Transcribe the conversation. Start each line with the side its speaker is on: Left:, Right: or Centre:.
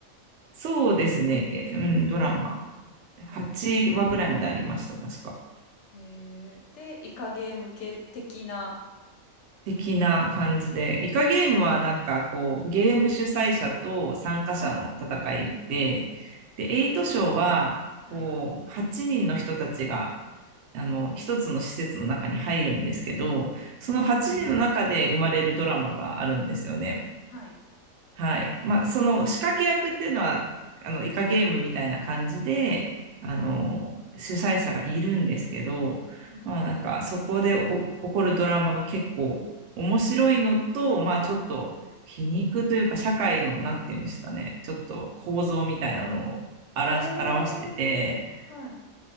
Right: そうですね、いえうん、ドラマ。
Left: ドラマ
Right: 8話ぐらいまでありました、確か。
Left: へえ。で、イカゲーム系的な。
Right: 的な感じで。イカゲームはなんかこう、ゲーム主催者と参加者の戦いで、
Left: はい。うんうん。
Right: で、エイトショーは、こう、
Left: はい。
Right: 8人の人たちが、あの、一つの施設の中に入るんですけど、その8人の中で生まれるドラマがあるんですよね。
Left: へえ。はい。
Right: はい。まあ、その仕掛け役っていうのは、あの、イカゲームみたいな感じで、
Left: はい。
Right: あの、主催者がいるんですけど、
Left: うんうんうん。
Right: まあ、なんか、そこでお起こるドラマが結構面白いのと、まあ、ちょっと皮肉というか、
Left: はい。
Right: 社会の、なんていうんですかね、ちょっと構造みたいなのを表し、
Left: えー、
Right: 表してて、
Left: はい。